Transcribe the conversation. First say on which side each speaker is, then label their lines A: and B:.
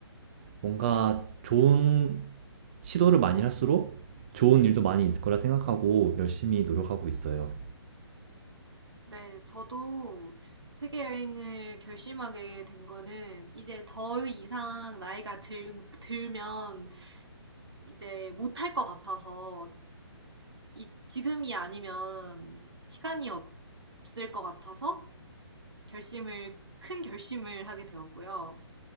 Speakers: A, on the right; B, on the right.
A: 뭔가 좋은 시도를 많이 할수록 좋은 일도 많이 있을 거라 생각하고 열심히 노력하고 있어요.
B: 네, 저도 세계 여행을 결심하게 된 거는 이제 더 이상 나이가 들, 들면 이제 못할 것 같아서 이, 지금이 아니면 시간이 없을 것 같아서 결심을, 큰 결심을 하게 되었고요.